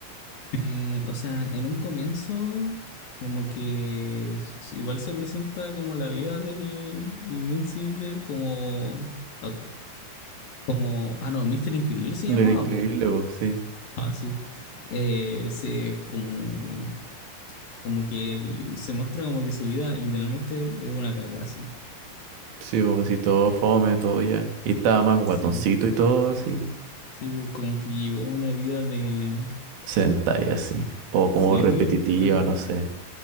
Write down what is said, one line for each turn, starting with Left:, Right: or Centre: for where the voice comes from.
Left: Eh, o sea, en un comienzo, como que s- s- igual se presenta como la vida del Invencible, como, ah, como, ah, no, Mister Increíble se llamaba,
Right: Del increíble,
Left: po.
Right: po, sí.
Left: Ah, sí. Eh, se, como, como que él- se muestra como que su vida literalmente es una caca, sí.
Right: Sí, po, así todo fome, todo ya. Y estaba más guatoncito
Left: Sí,
Right: y todo así.
Left: sí, po, como que llevó una vida de,
Right: Sentai así. O
Left: sí,
Right: como repetitiva,
Left: literal,
Right: no sé.